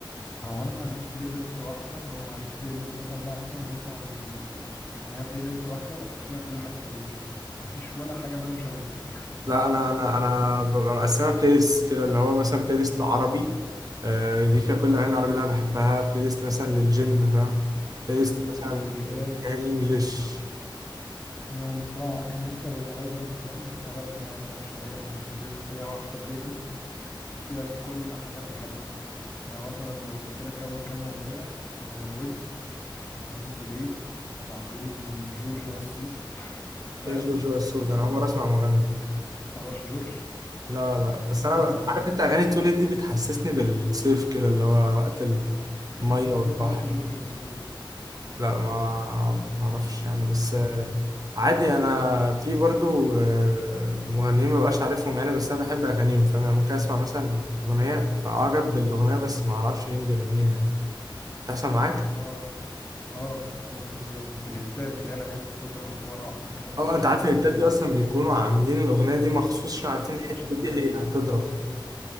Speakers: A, on the left; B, on the right.
A: هو أنا ما عنديش بلاي ليست واحدة أو ما عنديش بلاي ليست بسمع منها عامة بسمع من ال يعني هي بلاي ليست واحدة بحط فيها كل حاجة بتعجبني مفيش ولا حاجة منهم شبه التانية
B: لا أنا أنا أنا ببقى مقسمها بلاي ليست كده اللي هو مثلا بلاي ليست عربي آه، دي
A: <laughs>
B: فيها كل الأغاني العربي اللي أنا بحبها بلاي ليست مثلا للجيم فاهم بلاي ليست
A: بلاي ليست
B: مثلا
A: الراب
B: فيها إنجلش
A: لا، انا بصراحه كان نفسي ابقى بهذا النظام بس انا الدنيا عندي عشوائيه موت البلاي ليست هي واحده بلاي ليست <laughs> فيها كل حاجه انا بحبها يعني مثلا لو قلت لك اول كام اغنيه آه، ويجز وبعدين توليت بعدين جورج وسوف <laughs> فاهم
B: ايه جورج وسوف ده انا عمري اسمع مغني
A: تعرفش جورج
B: لا لا بس انا
A: لا يا راجل
B: عارف انت اغاني توليت دي بتحسسني بالصيف كده اللي هو وقت الميه
A: بس انت
B: والبحر
A: ازاي متعرفش جورج وسوف
B: لا ما ما اعرفش يعني بس
A: يعني
B: آه، عادي انا في برضو آه، مغنيين ما بقاش عارفهم يعني بس انا بحب اغانيهم فاهم يعني ممكن اسمع مثلا اغنيه فاعجب بالاغنيه بس ما اعرفش مين اللي بيغنيها يعني تحصل معاك
A: هو اه بس في الهتات اللي هي الاغاني اللي بتضرب هت مره واحده كده ما تبقاش
B: اه انت
A: عارف
B: عارف
A: مين
B: الهيتات
A: اللي بيغني
B: دي اصلا بيكونوا عاملين الاغنيه دي مخصوص عشان عارفين الحته
A: عشان تهت
B: دي هي هتضرب
A: اه بالظبط